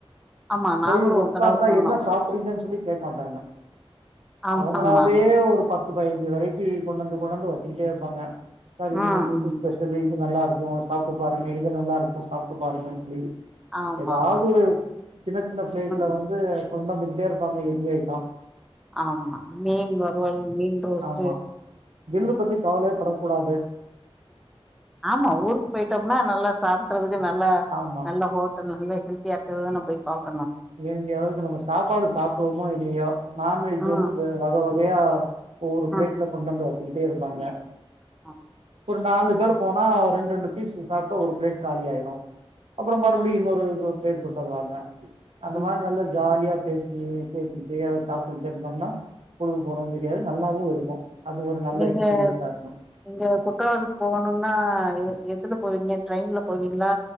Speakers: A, in the centre; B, on the right.
A: ஆமா நாங்களும்
B: போயி உக்கந்தா
A: ஒரு தடவை போனோம்
B: என்ன சாப் <unintelligible> சொல்லி கேட்க மாட்டாங்க
A: ஆமா
B: அவங்களாவே
A: ஆமா
B: ஒரு பயிஞ்சு வெரைட்டி கொண்டாந்து கொண்டாந்து வச்சிட்டே இருப்பாங்க சார் இன்னைக்
A: ம்
B: இது
A: ம்
B: ஸ்பெச சொல்லி இது நல்லா இருக்கு சாப்ட்டு பாருங்க இது நல்லா இருக்கு சாப்ட்டு பாருங்கன்னு சொல்லி
A: ஆமா
B: ஏதாவ்து
A: ஆமா
B: ஒரு சின்ன சின்ன பிளேட்ல
A: ம்
B: வந்து கொண்டு வந்துகிட்டே இருப்பாங்க என் ஏ ஐட்டோ
A: ஆமா மீன் வருவல் மீன் ரோஸ்ட்
B: மா பில்லு பத்தி கவலைய படக்கூடாது
A: ஆமா ஊருக்கு போயிட்டோம்னா நல்லா சாப்பிடறதுக்கு நல்லா
B: ஆமா.
A: நல்ல நல்ல நல்லா ஹெல்தியா இருகருது தானே போயி பாக்கலா
B: வேண்டிய அளவுக் நம்ம சாப்பாடு சாப்டுவோமோ இல்லையோ நான்வெஜ்
A: ஆ
B: வந்து வகை வகையா ஒவ்வொரு
A: ஆ
B: பிளேட்ல கொண்டு வந்து வெச்சுக்கிட்டே இருப்பாங்க
A: ஆ
B: ஒரு நாலு பேரு போனா ரெண்டு ரெண்டு பீஸ் சாப்ட்டா ஒரு பிளேட் காலி ஆயிடு அப்றோ மறுபடியு இன்னொரு பிளேட்டு கொண்டு வருவாங்க அந்த
A: ம்
B: மாரி நல்ல ஜாலியா பேசி பேசிக்கிட்டே அத சாப்ட்டுகிட்டே இருந்தோம்னா பொழுது போரதும் தெரியாது நல்லாவு இருக்கு அது ஒரு நல்ல
A: நீங்க
B: எக்ஸ்பீரியன்ஸா இருக்கு
A: நீங்க குற்றாலத்துக்கு போகணுனா எதுல போவீங்க ட்ரெயின்ல போவீங்களா